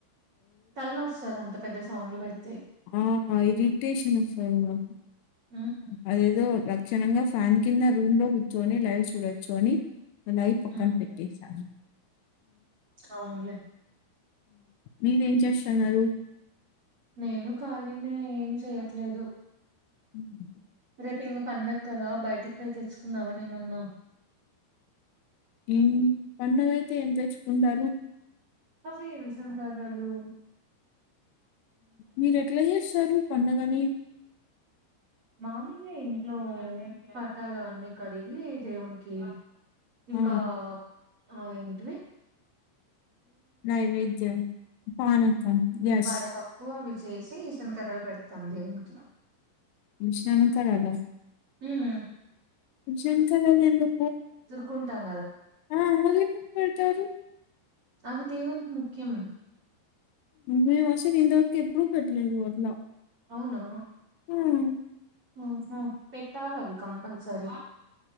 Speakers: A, on the right; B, on the left.
A: తలనొస్తది అంతా. పెద్ద సౌండ్లు పెడ్.
B: ఆ ఇరిటేషన్ ఓస్. <unintelligible>
A: ఉమ్
B: అదేదొ. క్షణంగా ఫ్యాన్ కింద రూమ్ లో కూర్చొని, లైవ్ చూడొచ్చు అని. మలయి పక్కన
A: ఉహు
B: పెట్టేసాను.
A: అవునులే
B: మీర ఏం చేస్తున్నారు.
A: నేను ఖాళీనే, ఏం చేయట్లేదు.
B: హ్మ్.
A: రేపు ఇంగ. పండగ కదా, బయటికి పోయి తెచ్చుకుందామని ఏమన్నా.
B: ఏం పండగ అయితే ఏం తెచ్చుకుందాము.
A: అసల్ విషంకర్రలు.
B: మీరు ఎట్లా యేస్తారు పండగని.
A: మామూలు గ ఇంట్లో, పాటాలవన్ని కడిగి దేవునికి.
B: ఆ!
A: ఇంకా. అ ఏంటిది
B: నైవేద్యం పానకం యెస్.
A: వడ పప్పు అ వి చేసి ఈసన్కరల పెడతాం దేవునికి
B: విసన కర్రల
A: ఉమ్
B: విసన కర్రలు ఎందుకు
A: కుంటారు
B: ఆ మళ్లీ ఎప్పుడు పెడతారు
A: అవి దేవునికి ముఖ్యం
B: మేము అసలు ఇంతవరకు ఎప్పుడు పెట్టలేదు వాట్లో
A: అవునా
B: హ్మ్
A: ఓహో పేట్టాలవి కంపల్సరి